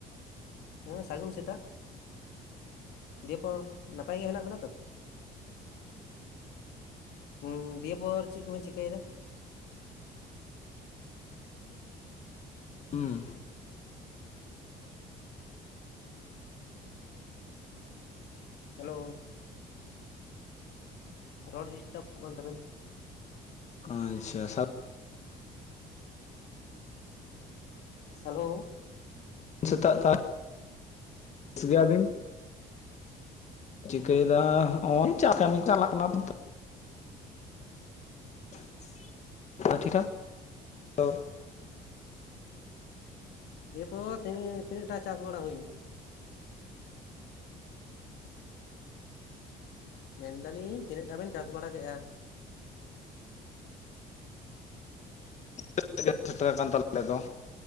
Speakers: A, on the left (about 75°); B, on the left (about 45°).
A: ᱦᱮᱸ ᱥᱟᱹᱜᱩᱱ ᱥᱮᱛᱟᱜ᱾ ᱫᱤᱭᱮ ᱯᱚᱨ ᱱᱟᱯᱟᱭ ᱜᱮ ᱦᱮᱱᱟᱜ ᱵᱮᱱᱟ ᱛᱚ? ᱩᱸ ᱫᱤᱭᱮ ᱯᱚᱨ ᱪᱮᱫ ᱠᱚᱵᱮᱱ ᱪᱮᱤᱠᱟᱹᱭᱮᱫᱟ?
B: ᱦᱩᱸ
A: ᱦᱮᱞᱳ ᱨᱚᱲ ᱰᱤᱥᱴᱟᱵᱚᱜ ᱠᱟᱱ ᱛᱟᱵᱮᱱ
B: ᱟᱪᱪᱷᱟ
A: ᱦᱮᱞᱳ
B: ᱥᱮᱛᱟᱜ ᱠᱟᱱ ᱜᱮᱭᱟᱵᱤᱱ ᱠᱟᱹᱭᱮᱫᱟ ᱦᱚᱸᱜᱼᱚᱭ ᱪᱟ ᱠᱟᱹᱢᱤ ᱪᱟᱞᱟᱜ ᱠᱟᱱᱟ ᱦᱩ <unintelligible>
A: ᱫᱤᱭᱮ ᱯᱚᱨ ᱛᱤᱱ ᱛᱤᱱᱟᱹᱜᱴᱟ ᱪᱟᱥ ᱵᱟᱲᱟ ᱦᱩᱭᱱᱟ? ᱢᱮᱱᱫᱟᱞᱤᱧ ᱛᱤᱱᱟᱹᱜᱴᱟ ᱵᱮᱱ ᱪᱟᱥ ᱵᱟᱲᱟ ᱠᱮᱜᱼᱟ?
B: <inaudible> ᱥᱮᱴᱮᱨ ᱟᱠᱟᱱ ᱛᱟᱞᱮ ᱫᱚ